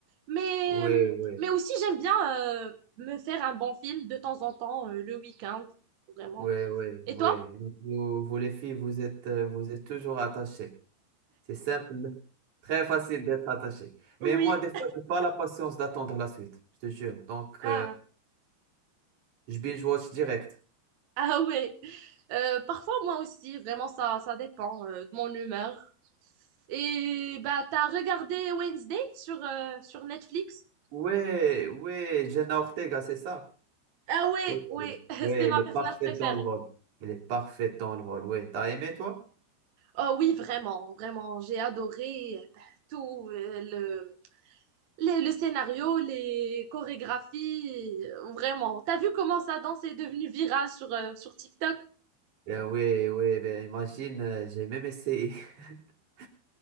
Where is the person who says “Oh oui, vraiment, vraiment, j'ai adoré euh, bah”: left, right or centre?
Right